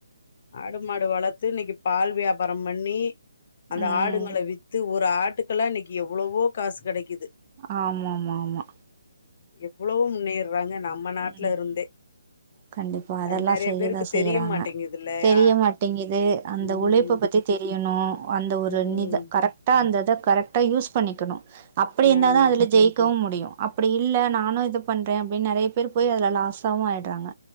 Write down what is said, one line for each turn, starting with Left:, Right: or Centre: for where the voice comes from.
Left: ஆடு மாடு வளர்த்து இன்னைக்கு பால் வியாபாரம் பண்ணி அந்த
Right: ம்
Left: ஆடு ங்களை வித்து ஒரு ஒரு ஆட்டுக்கெல்லாம் இன்னைக்கு எவ்வளோவோ காசு கெடைக்குது
Right: ஆமா ஆமா ஆமா
Left: எவ்வளவு முன்னேறு றாங்க நம்ம நாட்டுல
Right: ம்
Left: இருந்தே
Right: கண்டிப்பா அதெல்லா
Left: அது நெறைய
Right: செய்யதா
Left: பேருக்கு
Right: செய்றாங்க
Left: தெரிய மாட்டேங்குதுல்லையா
Right: தெரிய மாட்டேங்குது அந்த
Left: ம்
Right: உழைப்ப பத்தி தெரிய யனு அந்த ஒரு
Left: ம்
Right: நித கரெக்டா அந்த இத கரெக்டா யூஸ் பண்ணிக்கணு அப்படி
Left: ஆமா.
Right: இருந்தா தா அதுல ஜெயிக்கவு முடியு அப்டி இல்ல நானு இது பண்ற அப்டின் நெறைய பேர் போய் அதுல லாஸாவு ஆயிடுறாங்க